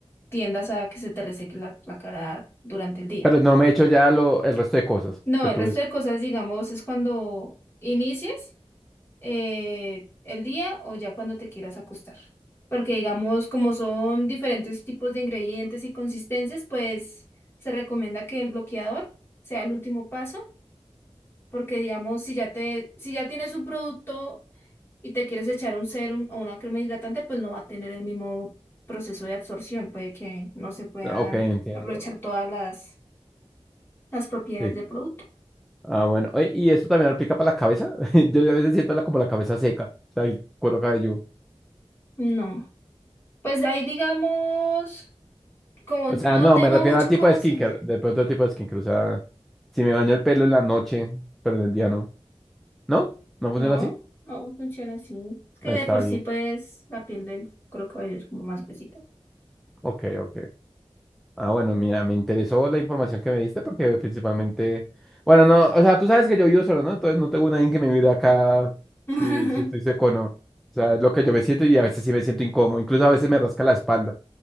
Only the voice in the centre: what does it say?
pero no me he hecho ya lo, el resto de cosas
que
tuve.
Ah, Ok, entiendo.
Sí.
Ah, bueno, oye, ¿y esto también aplica para la cabeza? <laughs> Yo a veces siento la, como la cabeza seca, o sea, el cuero cabelludo.
O
sea,
no,
me refiero
al tipo
de skincare,
de pronto el tipo de skincare, o sea, si me baño el pelo en la noche, pero en el día no. ¿No? ¿No funciona
así?
Está
bien.
Ok, ok. Ah, bueno, mira, me interesó la información que me diste porque principalmente, bueno, no, o sea, tú sabes que yo vivo solo, ¿no? Entonces no tengo nadie que me mire acá si,
si estoy seco o no. O sea, es lo que yo me siento y a veces sí me siento incómodo, incluso a veces me rasca la espalda.